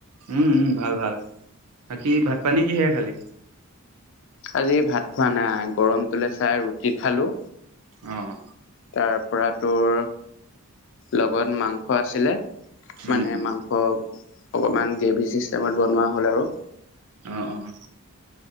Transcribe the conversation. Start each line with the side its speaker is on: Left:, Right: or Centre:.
Right: উম উ ভাল ভাল বাকী ভাত পানী কিহে খালি।
Left: আজি ভাত খোৱা নাই গৰমটোলে চাই ৰুটি খালো।
Right: অহ।
Left: তাৰপৰাতোৰ লগত মাংস আছিলে।
Right: উম
Left: মানে
Right: উম
Left: মাংস অকমান গ্ৰেভি চিষ্টেমত বনোৱা হ'ল আৰু।
Right: অঁ অঁ